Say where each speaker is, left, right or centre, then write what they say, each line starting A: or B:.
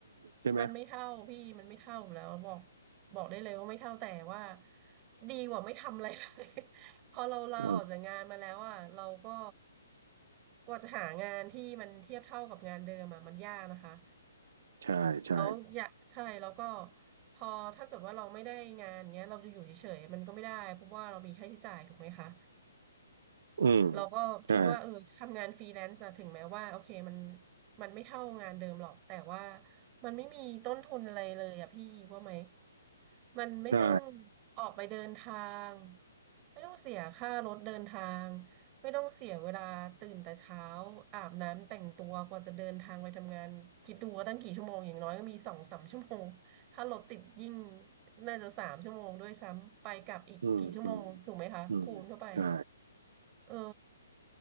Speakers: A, on the right; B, on the right.
A: ใช่ไหม
B: มันไม่เท่าพี่มันไม่เท่าอยู่แล้วบอกบอกได้เลยว่าไม่เท่าแต่ว่าดีกว่าไม่ทำอะไรเลย <laughs> พอเราลาออกจากงานมาแล้วอ่ะเราก็
A: เออ
B: กว่าจะหางานที่มันเทียบเท่ากับงานเดิมอ่ะมันยากนะคะ
A: ใช่ใช่
B: แล้วอย่ากใช่แล้วก็พอถ้าเกิดว่าเราไม่ได้งานเงี้ยเราจะอยู่เฉยๆมันก็ไม่ได้เพราะว่าเรามีค่าใช้จ่ายถูกไหมคะ
A: อืม
B: เราก็คิดว่าเออทำงานฟรีแลนซ์อะถึงแม้ว่าโอเคมัน
A: ใช่
B: มันไม่เท่างานเดิมหรอกแต่ว่ามันไม่มีต้นทุนอะไรเลยอะพี่ว่าไหมมันไม่ต้อง
A: ใช่
B: ออกไปเดินทางไม่ต้องเสียค่ารถเดินทางไม่ต้องเสียเวลาตื่นแต่เช้าอาบน้ำแต่งตัวกว่าจะเดินทางไปทำงานคิดดูว่าตั้งกี่ชั่วโมงอย่างน้อยก็มีสองสามชั่วโมงถ้ารถติดยิ่งน่าจะสามชั่วโมงด้วยซ้ำไปกลับอีกกี่ชั่วโมงถูกไหมคะคูณเข้าไป
A: อืมอืมอืมใช่
B: เออ